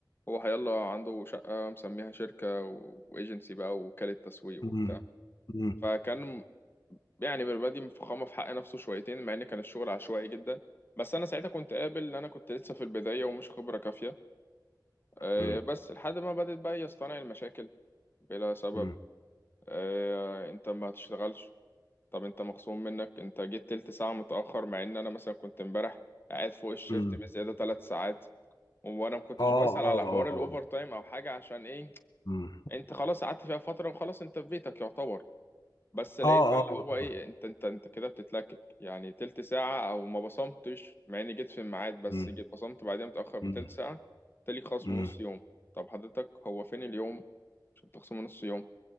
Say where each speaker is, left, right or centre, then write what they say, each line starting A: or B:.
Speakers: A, on the left (about 30°); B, on the left (about 65°).
A: هو هيلا عنده شقة مسميها شركة و- وإيجنسي بقى ووكالة تسويق
B: امم
A: وبتاع
B: امم
A: فكان يعني بالبادي مفخمة في حق نفسه شويتين مع إن كان الشغل عشوائي جدا بس أنا ساعتها كنت قابل إن أنا كنت لسه في البداية ومش خبرة كافية آه،
B: امم
A: بس لحد ما بدأت بقى يصطنع المشاكل بلا سبب
B: امم
A: آه، أنت ما تشتغلش طب أنت مخصوم منك أنت جيت تلت ساعة متأخر مع إن أنا مثلا كنت امبارح قاعد فوق الشيفت
B: امم
A: بزيادة تلات ساعات وأنا ما كنتش
B: اه
A: بسأل
B: اه
A: على حوار
B: اه
A: الأوفر
B: آه.
A: تايم أو حاجة عشان إيه
B: مم.
A: انت خلاص قعدت فيها فترة وخلاص انت في بيتك يعتبر بس لقيت
B: اه
A: بقى اللي
B: اه آه،
A: هو ايه
B: آه.
A: انت انت انت كده بتتلكك يعني تلت ساعة او ما بصمتش مع اني جيت في الميعاد بس
B: مم.
A: جيت بصمت بعدين متأخر بتلت
B: مم.
A: ساعة تالي خصم
B: مم.
A: نص يوم طب حضرتك هو فين اليوم عشان تخصم نص يوم